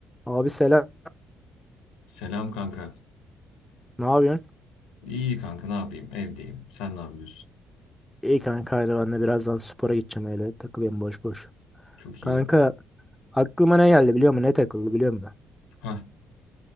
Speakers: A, in the centre; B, on the left.
A: Abi selam.
B: Selam kanka.
A: Ne yapıyorsun?
B: İyi kanka ne yapayım? Evdeyim. Sen ne yapıyorsun?
A: İyi kanka haydi ben de birazdan spora gideceğim öyle takılıyorum boş boş.
B: Çok
A: Kanka
B: iyi.
A: aklıma ne geldi biliyor musun? Ne takıldı biliyor musun?
B: Hah